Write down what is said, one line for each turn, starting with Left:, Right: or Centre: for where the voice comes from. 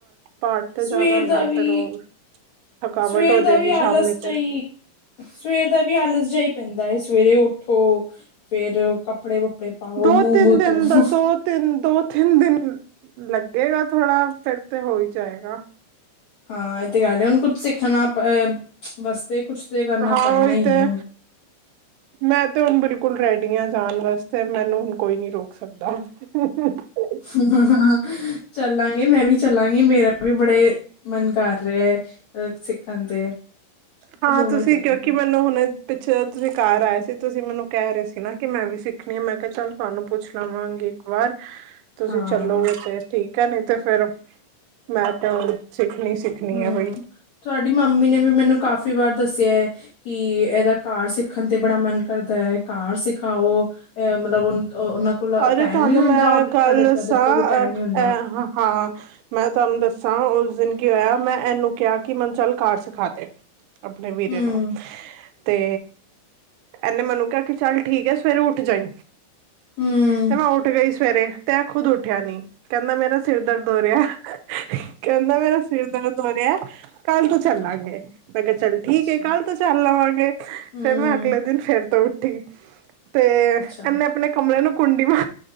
Right: ਪਾਠ ਤੇ ਜਾਣਾ
Left: ਸਵੇਰ
Right: ਹੁੰਦਾ,
Left: ਦਾ ਵੀ
Right: ਫਿਰ ਉਹ ਥਕਾਵਟ
Left: ਸਵੇਰ
Right: ਹੋਜੇਗੀ,
Left: ਦਾ ਵੀ ਆਲਸ
Right: ਸ਼ਾਮੀ ਤੇ।
Left: ਜਾਈ ਸਵੇਰ ਦਾ ਵੀ ਆਲਸ ਜਿਹਾ ਪੈਂਦਾ ਏ, ਸਵੇਰੇ ਉਠੋ, ਫੇਰ ਕੱਪੜੇ ਕ ਪੜੇ ਪਾਓ,
Right: ਦੋ
Left: ਮੁੰਹ-ਮੋਹ
Right: ਤਿੰਨ ਦਿਨ
Left: ਤੋਂਵੋ।
Right: ਦਾ ਦੋ ਤਿੰਨ, ਦੋ-ਤਿੰਨ ਦਿਨ ਲੱਗੇਗਾ, ਥੋੜਾ ਫਿਰ ਤੇ ਹੋਈ ਜਾਏਗਾ।
Left: ਹਾਂ, ਇਹ ਤੇ ਗੱਲ ਏ, ਹੁਣ ਕੁਛ ਸਿੱਖਣਾ ਪ-ਵਾਸਤੇ ਕੁਛ ਤੇ ਕਰਨਾ
Right: ਹਾਂ
Left: ਪੈਣਾ
Right: ਉਹੀ
Left: ਈ
Right: ਤੇ
Left: ਏ, ਹੁਣ।
Right: ਮੈਂ ਤੇ ਹੁਣ ਬਿਲਕੁਲ ਰੈਡੀ ਆਂ ਜਾਣ ਵਾਸਤੇ, ਮੈਨੂੰ ਹੁਣ ਕੋਈ ਨੀ ਰੋਕ ਸਕਦਾ। ਹ <unintelligible>
Left: <unintelligible> ਚੱਲਾਂਗੇ, ਮੈਂ ਵੀ ਚੱਲਾਂਗੀ, ਮੇਰਾ ਵੀ ਬੜੇ ਮਨ ਕਰ ਰਿਹਾ ਏ। ਅ ਸਿੱਖਣ ਤੇ। ਆਪਾਂ
Right: ਹਾਂ
Left: ਦੋਵੇਂ
Right: ਤੁਸੀਂ,
Left: ਹੀ ਚੱਲਾਂਗੇ
Right: ਕਿਉਂਕਿ ਮੈਨੂੰ ਹੁਣ ਪਿੱਛੇ ਤੁਸੀਂ ਘਰ ਆਏ ਸੀ, ਤੁਸੀਂ ਮੈਨੂੰ ਕਹਿ ਰਹੇ ਸੀ ਨਾ ਕਿ ਮੈਂ ਵੀ ਸਿੱਖਣੀ ਏ, ਮੈਂ ਕਿਹਾ ਚੱਲ ਤੁਹਾਨੂੰ ਪੁੱਛ ਲਵਾਂਗੀ ਇੱਕ ਵਾਰ, ਤੁਸੀਂ
Left: ਹਾਂ
Right: ਚੱਲੋਗੇ ਫੇਰ, ਠੀਕ ਹੈ ਨੀ ਤੇ ਫੇਰ ਮੈਂ ਤੇ ਓ, ਹੋਣ ਸਿੱਖਣੀ-ਸਿੱਖਣੀ
Left: ਹਮ
Right: ਏ ਬਈ।
Left: ਤੁਹਾਡੀ ਮੰਮੀ ਨੇ ਵੀ, ਮੈਨੂੰ ਕਾਫ਼ੀ ਵਾਰ ਦੱਸਿਆ ਏ ਕੀ, ਇਹਦਾ ਕਾਰ ਸਿੱਖਣ ਤੇ ਬੜਾ ਮਨ ਕਰਦਾ ਏ, ਕਾਰ ਸਿਖਾਓ। ਇਹ ਮਤਲਬ ਓਨ, ਉਹਨਾਂ ਕੋਲ
Right: ਅਰੇ
Left: ਟਾਈਮ
Right: ਤੁਹਾਨੂੰ
Left: ਨੀ ਹੁੰਦਾ,
Right: ਮੈਂ
Left: ਔਰ
Right: ਗੱਲ
Left: ਤੁਆਡੇ
Right: ਦੱਸਾਂ
Left: ਬ੍ਰਦਰ ਤੋਂ ਵੀ ਟਾਈਮ
Right: ਅ
Left: ਨਹੀਂ ਹੁੰਦਾ।
Right: ਹਾਂ ਮੈਂ ਤੁਹਾਨੂੰ ਦੱਸਾਂ, ਉਸ ਦਿਨ ਕੀ ਹੋਇਆ? ਮੈਂ ਇਹਨੂੰ ਕਿਹਾ ਕਿ, ਮਨ ਚਲ ਕਾਰ ਸਿਖਾ ਦੇ। ਅਪਨੇ ਵੀਰੇ
Left: ਹਮ
Right: ਨੂੰ। ਤੇ, ਐਨੇ ਮਨੂੰ ਕਿਹਾ ਕਿ, ਚੱਲ ਠੀਕ ਹੈ ਸਵੇਰੇ ਉੱਠ ਜਾਈ।
Left: ਹਮ
Right: ਤੇ ਮੈਂ ਉੱਠ ਗਈ ਸਵੇਰੇ। ਤੇ ਐਂ ਖੁਦ ਉੱਠਿਆ ਨੀ, ਕਹਿੰਦਾ ਮੇਰਾ ਸਿਰ ਦਰਦ ਹੋੋਰਿਆ, ਕਹਿੰਦਾ ਮੇਰਾ ਸਿਰ ਦਰਦ ਹੋ ਰਿਐ, ਕੱਲ ਤੋਂ ਚੱਲਾਂਗੇ। ਮੈਂ ਕਿਹਾ ਚੱਲ ਠੀਕ
Left: ਅੱਛਾ
Right: ਏ, ਕੱਲ ਤੋਂ ਚੱਲ ਲਵਾਂਗੇ
Left: ਹਮ
Right: ਫਿਰ ਮੈਂ ਅਗਲੇ ਦਿਨ ਫੇਰ ਤੋਂ ਉੱਠੀ। ਤੇ,
Left: ਅੱਛਾ।
Right: ਐਨੇ ਅਪਨੇ ਕਮਰੇ ਨੂੰ ਕੁੰਡੀ ਮਾ